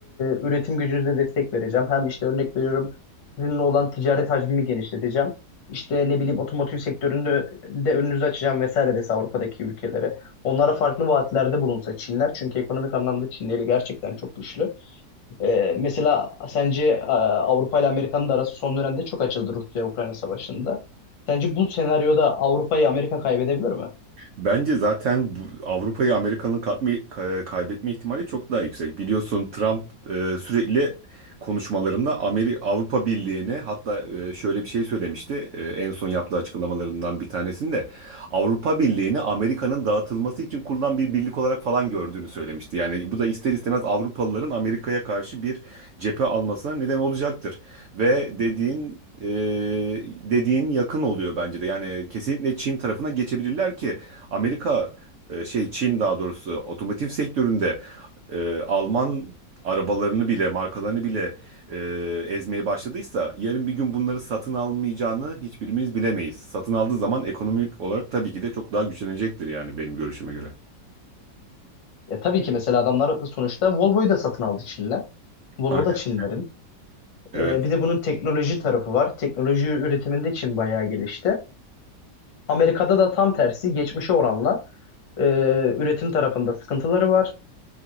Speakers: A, on the left; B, on the right.
A: üretim gücünüze destek vereceğim. Hem işte örnek veriyorum sizinle olan ticaret hacmimi genişleteceğim. İşte ne bileyim otomotiv sektöründe de önünüzü açacağım vesaire dese Avrupa'daki ülkelere. Onlara farklı vaatlerde bulunsa Çinler. Çünkü ekonomik anlamda Çin eli gerçekten çok güçlü. E, mesela sence e, Avrupa ile Amerika'nın da arası son dönemde çok açıldı Rusya-Ukrayna savaşında. Sence bu senaryoda Avrupa'yı Amerika kaybedebilir mi?
B: Bence zaten bu Avrupa'yı Amerika'nın katma, ka- kaybetme ihtimali çok daha yüksek. Biliyorsun Trump e, sürekli konuşmalarında Ameri Avrupa Birliği'ni hatta e, şöyle bir şey söylemişti. e, en son yaptığı açıklamalarından bir tanesinde Avrupa Birliği'ni Amerika'nın dağıtılması için kurulan bir birlik olarak falan gördüğünü söylemişti. Yani bu da ister istemez Avrupalıların Amerika'ya karşı bir cephe almasına neden olacaktır. Ve dediğin e, dediğin yakın oluyor bence de. Yani kesinlikle Çin tarafına geçebilirler ki Amerika e, şey Çin daha doğrusu otomotiv sektöründe e, Alman arabalarını bile markalarını bile e, ezmeye başladıysa yarın bir gün bunları satın almayacağını hiçbirimiz bilemeyiz. Satın aldığı zaman ekonomik olarak tabii ki de çok daha güçlenecektir yani benim görüşüme göre.
A: Ya tabii ki mesela adamlar sonuçta Volvo'yu da satın aldı Çinler. Volvo
B: Aynen.
A: da Çinlerin.
B: Evet,
A: Ee, bir de bunun teknoloji tarafı var. Teknoloji üretiminde Çin bayağı gelişti. Amerika'da da tam tersi geçmişe oranla e, üretim tarafında sıkıntıları var.